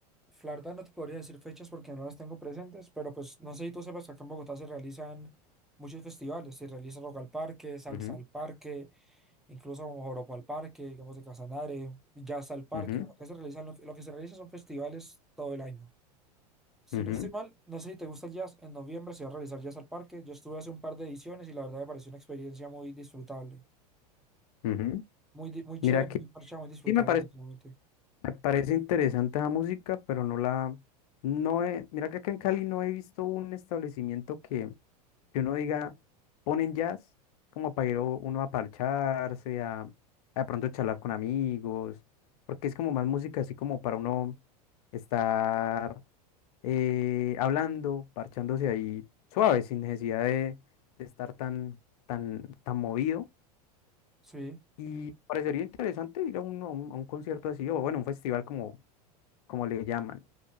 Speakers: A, in the centre; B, on the left.
A: La verdad no te podría decir fechas porque no las tengo presentes, pero pues no sé si tú sepas que acá en Bogotá se realizan muchos festivales, se realiza Rock al Parque, Salsa
B: Ujú,
A: al Parque, incluso Joropo al Parque, digamos de Casanare, Jazz al Parque,
B: ujú,
A: acá se realizan, lo lo que se realiza son festivales todo el año. Si
B: ujú,
A: no estoy mal, no sé si te gusta el jazz, en noviembre se va a realizar Jazz al Parque, yo estuve hace un par de ediciones y la verdad me pareció una experiencia muy disfrutable,
B: ujú.
A: muy, di- muy
B: Mira
A: chévere,
B: que
A: muy parchada, muy disfrutable,
B: sí me parece
A: definitivamente.
B: Me parece interesante esa música, pero no la, no he, mira que acá en Cali no he visto un establecimiento que, que uno diga, ponen jazz, como para ir o- uno a parcharse, a, a de pronto charlar con amigos, porque es como más música así como para uno estar eh, hablando, parchándose ahí suave, sin necesidad de, de estar tan, tan, tan movido.
A: Sí.
B: Y parecería interesante ir a un, a un, a un concierto así, o bueno, un festival como como le llaman.